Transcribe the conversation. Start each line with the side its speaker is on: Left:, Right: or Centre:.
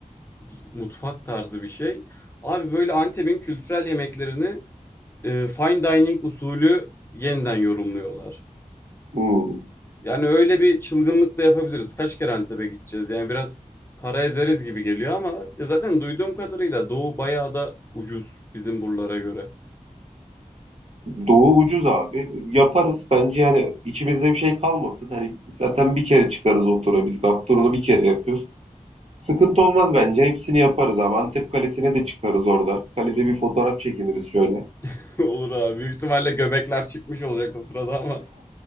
Left: bir mutfak tarzı bir şey. Abi böyle Antep'in kültürel yemeklerini e, fine dining usulü yeniden yorumluyorlar.
Right: Hmm.
Left: Yani öyle bir çılgınlık da yapabiliriz. Kaç kere Antep'e gideceğiz? Yani biraz para ezeriz gibi geliyor ama ya zaten duyduğum kadarıyla Doğu bayağı da ucuz bizim buralara göre.
Right: Doğu ucuz abi. Yaparız. Bence yani içimizde bir şey kalmasın. Hani zaten bir kere çıkarız o tura. Biz GAP turunu bir kere yapıyoruz. Sıkıntı olmaz bence. Hepsini yaparız abi. Antep Kalesi'ne de çıkarız orada. Kalede bir fotoğraf çekiniriz şöyle.
Left: <laughs> Olur abi. Büyük ihtimalle göbekler çıkmış olacak o sırada ama